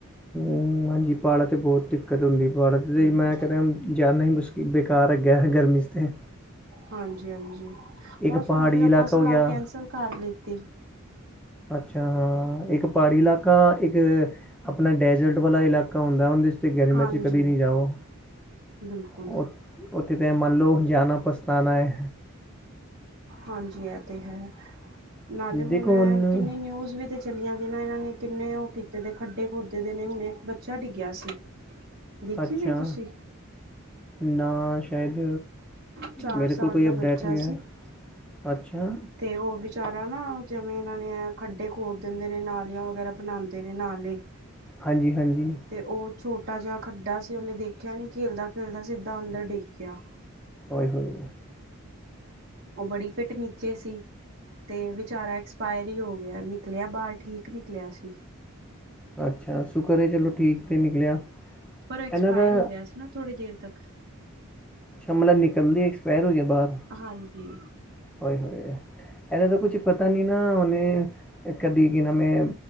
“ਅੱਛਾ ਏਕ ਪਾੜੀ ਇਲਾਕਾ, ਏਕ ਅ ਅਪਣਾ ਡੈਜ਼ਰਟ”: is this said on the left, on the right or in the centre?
Centre